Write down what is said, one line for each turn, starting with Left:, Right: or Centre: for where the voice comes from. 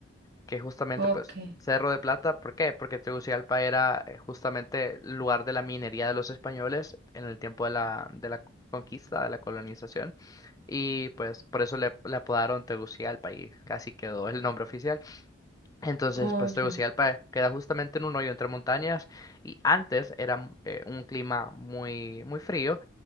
Left: que justamente
Right: Ok,
Left: pues Cerro de Plata. ¿Por qué? Porque Tegucigalpa era eh, justamente el lugar de la minería de los españoles en el tiempo de la, de la conquista, de la colonización. Y pues por eso le, le apodaron Tegucigalpa y casi quedó el nombre oficial. Entonces,
Right: oh,
Left: pues
Right: ya.
Left: Tegucigalpa queda justamente en un hoyo entre montañas y antes era mm, eh, un clima muy, muy frío